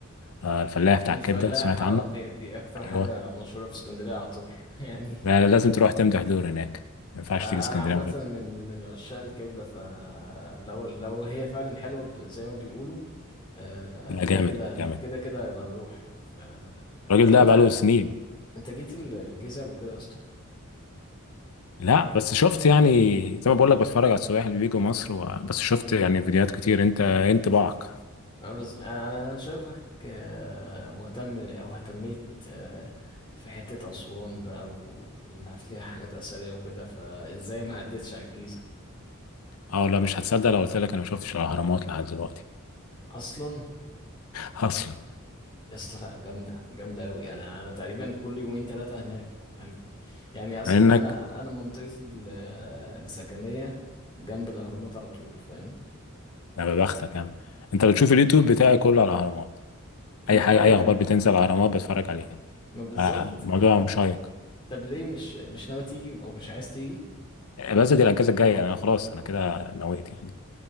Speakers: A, on the left; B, on the left.
A: آه، الفلاح بتاع
B: الفلاحه
A: الكبده سمعت عنه
B: دي دي اكتر حاجه
A: ايوه
B: مشهوره في اسكندريه اعتبر <laughs> يعني
A: لا لا، لازم تروح تمدح دور هناك ما ينفعش
B: آه،
A: تيجي اسكندريه
B: انا عامه
A: من غير-
B: من من عشاق الكبده فلو لو هي فعلا حلوه ب- زي ما بيقولوا آه،
A: لا
B: كده
A: جامد
B: كده
A: جامد
B: كده كده يبقى نروح ف...
A: الراجل
B: طب
A: ده
B: انت
A: بقاله سنين
B: انت جيت ال- الجيزة قبل كده يا اسطى
A: لا بس شفت يعني زي ما بقول لك بتفرج على السياح اللي بيجوا مصر و... بس شفت يعني فيديوهات كتير انت انت بعك
B: انا بز... انا انا أنا شايفك آه، مهتم او اهتميت آه، في حتة اسوان بقى و- وانها فيها حاجات اثرية وكده فازاي ما عدتش على الجيزة
A: او لا مش هتصدق لو قلت لك انا ما شفتش الاهرامات لحد دلوقتي
B: اصلا
A: اصلا
B: يا اسطى لا جامدة جامدة اوي انا انا تقريبا كل يومين ثلاثة هناك يعني يعني اصلا
A: مع انك
B: انا انا منطقتي ال- السكنية جنب الاهرامات على طول فاهم
A: يا بختك يا عم انت بتشوف اليوتيوب بتاعي كله على الاهرامات
B: ما
A: اي حاجه
B: اه
A: اي
B: يعني
A: اخبار بتنزل على الاهرامات بتفرج عليها
B: ما بالظبط
A: فالموضوع مشيق
B: طب ليه مش مش ناوي تيجي او مش عايز تيجي
A: بس دي الاجازه الجايه انا خلاص انا كده نويت يعني